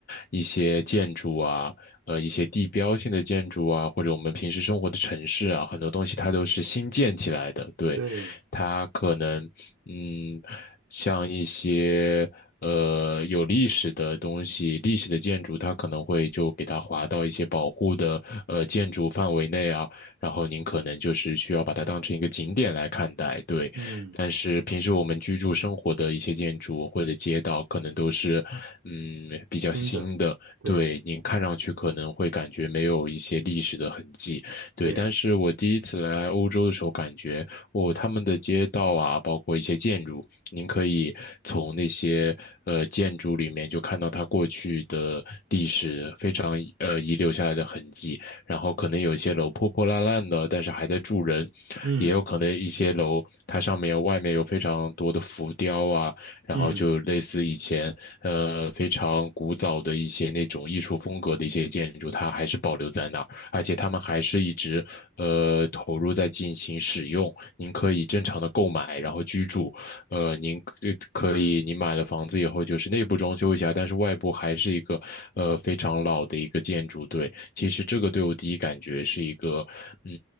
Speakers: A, on the left; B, on the right.
A: 一些建筑啊。呃一些地标性的建筑啊，或者我们平时生活的城市啊，很多东西它都是新建起来的。对，
B: 对，
A: 它可能嗯，像一些呃有历史的东西、历史的建筑，它可能会就给它划到一些保护的呃建筑范围内啊，然后您可能就是需要把它当成一个景点来看待。对。
B: 嗯。
A: 但是平时我们居住生活的一些建筑或者街道，可能都是，嗯，比较新的，
B: 新的，对
A: 对，您看上去可能会感觉没有一些历史的痕迹，对。
B: 对，
A: 但是我第一次来欧洲的时候，感觉哦，他们的街道啊，包括一些建筑，您可以从那些呃建筑里面就看到它过去的历史非常呃遗留下来的痕迹。然后可能有一些楼破破烂烂的，但是还在住人，
B: 嗯
A: 也有可能一些楼它上面外面有非常多的浮雕啊。然后就类似以前呃非常古早的一些那种艺术风格的一些建筑，
B: 嗯，
A: 它还是保留在那儿，而且他们还是一直呃投入在进行使用。您可以正常的购买，然后居住，呃，您可可以您买了房子以后就是内部装修一下，但是外部还是一个呃非常老的一个建筑，对。其实这个对我第一感觉是一个，嗯，